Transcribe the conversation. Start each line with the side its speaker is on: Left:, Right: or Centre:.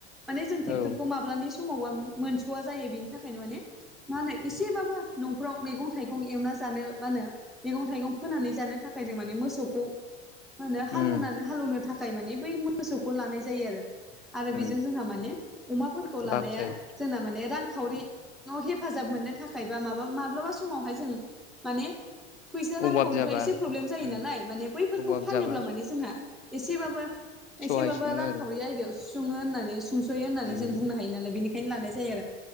Centre: माने जों ट्रेक्टरखौ
Left: औ
Centre: माब्लानि समावबा मोनस'वा जायो बेनि थाखायनो माने मा होनो एसेबाबो न'फ्राव मैगं थाइगं एवना जानो मा होनो मैगं थाइगं फोनानै जानो थाखाय जों माने मोसौखौ मा होनो हालेवनानै
Left: उम
Centre: हालौनो थाखाय मानिे बै मोसौखौ लानाय जायो आरो। आरो बेजों
Left: उम
Centre: जोंहा माने अमाफोरखौ लानाया
Left: लाब जायो
Centre: जोंना माने रांखावरिआव हेफाजाब मोननो थाखाय बा माबा माब्लाबा समावहाय जों माने फैसा रांखावरिफ्रा
Left: अभाब जाबा
Centre: एसे प्रब्लेम जायो
Left: उम
Centre: नालाय माने बैफोरखौ
Left: अभाब
Centre: फानोब्ला
Left: जाबा
Centre: माने जोंहा एसेबाबो
Left: सहाय
Centre: एसेबाबो
Left: सङो
Centre: रांखावरि
Left: आरो
Centre: आयदायाव सुफुङो होननानै सुखयो होननानै
Left: उम
Centre: जों बुंनो हायो नालाय बेनिखायनो लानाय जायो आरो